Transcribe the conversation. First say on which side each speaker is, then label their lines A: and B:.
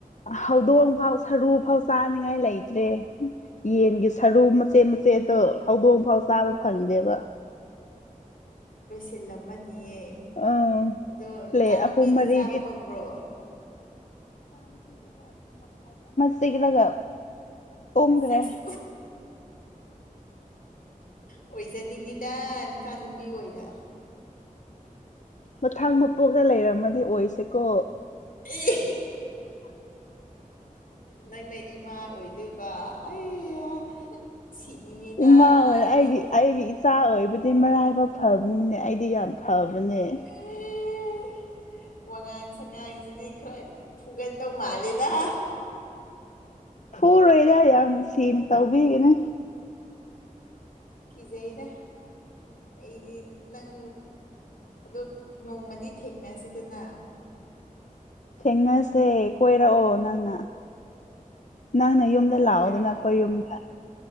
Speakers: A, on the left (about 55°); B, on the left (about 80°).
A: ꯍꯧꯗꯣꯡ ꯐꯥꯎ ꯁꯔꯨ ꯐꯥꯎ ꯆꯥꯅꯤꯡꯉꯥꯏ ꯂꯩꯇ꯭ꯔꯦ ꯌꯦꯟꯒꯤ ꯁꯔꯨ ꯃꯆꯦꯠ ꯃꯆꯦꯠꯗꯣ ꯍꯧꯗꯣꯡ ꯐꯥꯎ ꯆꯥꯕ ꯐꯪꯗꯦꯕ
B: ꯁꯤꯜ ꯑꯃꯅꯤꯅꯤꯌꯦ
A: ꯑꯥ
B: ꯑꯗꯣ
A: ꯄ꯭ꯂꯦꯠ
B: ꯅꯆꯥꯅꯨꯄꯤꯗꯤ
A: ꯑꯍꯨꯝ ꯃꯔꯤꯗꯤ
B: ꯆꯥꯕ ꯐꯪꯕ꯭ꯔꯣ
A: ꯁꯤꯒꯂꯒ ꯎꯈ꯭ꯔꯦ
B: ꯁꯦꯁ ꯑꯣꯏꯖꯅꯤꯡꯉꯤꯗ ꯅꯆꯥꯅꯨꯄꯤ ꯑꯣꯏ ꯑꯣꯏꯅ
A: ꯀꯊꯥꯡ ꯃꯄꯣꯛꯇ ꯂꯩꯔꯝꯃꯗꯤ ꯑꯣꯏꯁꯦꯀꯣ
B: ꯑꯦ ꯅꯪꯅ ꯏꯃꯥ ꯑꯣꯏꯗꯣꯏꯕ ꯑꯩ ꯁꯤꯅꯤꯡꯉꯤꯗ
A: ꯏꯃꯥ ꯑꯣꯏꯅ
B: ꯑꯩꯗꯤ
A: ꯑꯩꯒꯤ ꯑꯩꯒꯤ ꯏꯆꯥ ꯑꯣꯏꯕꯗꯤ ꯁꯤ ꯃꯔꯥꯏꯐꯥꯎ ꯐꯕꯅꯤꯅꯦ ꯑꯩꯗꯤ ꯌꯥꯝ ꯐꯕꯅꯦ
B: ꯑꯦ ꯋꯥꯉꯥꯡ ꯁꯉꯥꯡꯁꯤ ꯈꯔ ꯐꯨꯒꯟꯗꯧ ꯃꯥꯜꯂꯦꯗ
A: ꯍꯔꯣꯏꯗ ꯌꯥꯝ ꯁꯦꯡꯅ ꯇꯧꯕꯤꯒꯦꯅꯦ
B: ꯀꯤꯖꯩꯔ ꯑꯩꯗꯤ ꯅꯪ ꯑꯗꯣ ꯅꯣꯡꯃꯗꯤ ꯊꯦꯡꯅꯁꯤꯗꯅ
A: ꯊꯦꯡꯅꯁꯦ ꯀꯣꯏꯔꯛꯑꯣ ꯅꯪꯅ ꯅꯪꯅ ꯌꯨꯝꯗ
B: ꯅꯪ
A: ꯂꯥꯛꯑꯣꯗꯅ
B: ꯀꯣꯏꯔꯛꯑꯣ
A: ꯑꯩꯈꯣꯏ ꯌꯨꯝꯗ